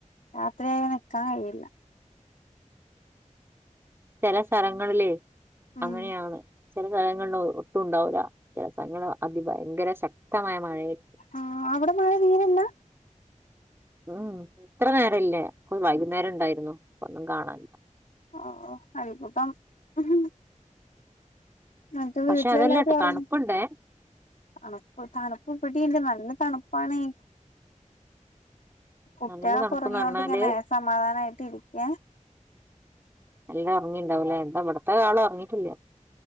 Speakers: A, on the left; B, on the right.
A: രാത്രി ആയാൽ നിക്കാൻ കയ്യലില്ല.
B: ചില സ്ഥലങ്ങളിലേ
A: ഉം
B: അങ്ങനെയാണ്. ചില സ്ഥലങ്ങളിലെ ഒട്ടും ഉണ്ടാവൂല്ല ചില സ്ഥലങ്ങളിലെ അതി ഭയങ്കര ശക്തമായ മഴയെ
A: ആഹ് അവിടെ മഴ തീരെയില്ല?
B: ഉം ഇത്ര നേര ഇല്ലേ വൈകുന്നേരം ഉണ്ടായിരുന്നു ഒന്നും കാണാനില്ല.
A: ഓ ആയി <unintelligible> അന്നിട്ട് വീട്ടിലെ
B: പക്ഷെ അതല്ലട്ടോ
A: എല്ലാരും ഒറങ്ങി
B: തണുപ്പുണ്ടേ
A: തണുപ്പ് തണുപ്പ് ഇവിടെണ്ട് നല്ല തണുപ്പാണെ. കുട്ടിയാളോക്കെ
B: നല്ല തണുപ്പ്ന്ന്
A: ഉറങ്ങിയൊണ്ട്
B: പറഞ്ഞാല്
A: ഇങ്ങനെ സമാധാനമായിട്ട് ഇരിക്കെ.
B: എല്ലാം ഇറങ്ങിണ്ടാവില്ലേ എന്താവിടത്തെ ആളും ഒറങ്ങിട്ടില്ല.